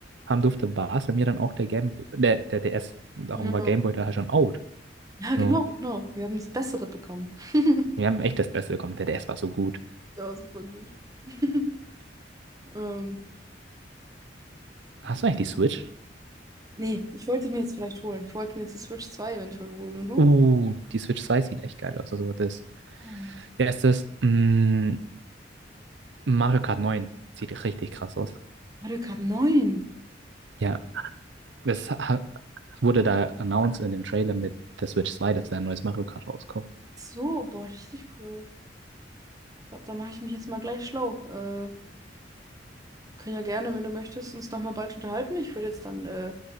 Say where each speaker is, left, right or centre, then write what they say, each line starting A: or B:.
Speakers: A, on the right; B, on the right.
A: haben durfte, war es bei mir dann auch der Game, der, der DS. Darum
B: Ja,
A: war Gameboy da halt schon out.
B: ja genau,
A: Ja.
B: genau. Wir haben das Bessere bekommen. <laughs>
A: Wir haben echt das Beste bekommen. Der DS war so gut.
B: Der war super gut. <laughs> Ähm,
A: Hast du eigentlich die Switch?
B: nee, ich wollte mir jetzt vielleicht holen. Ich wollte mir jetzt die Switch 2 eventuell holen. Und du?
A: Uh, die Switch 2 sieht echt geil aus. Also das,
B: Oh.
A: der ist mh, Mario Kart 9 sieht richtig krass aus.
B: Mario Kart 9.
A: Ja, das
B: Ach
A: ha- wurde da announced in dem Trailer mit der Switch 2, dass da ein neues Mario Kart rauskommt.
B: So, boah, richtig cool. Ich glaube, da mache ich mich jetzt mal gleich schlau. Äh, können ja gerne, wenn du möchtest, uns nochmal bald unterhalten. Ich würde jetzt dann, äh,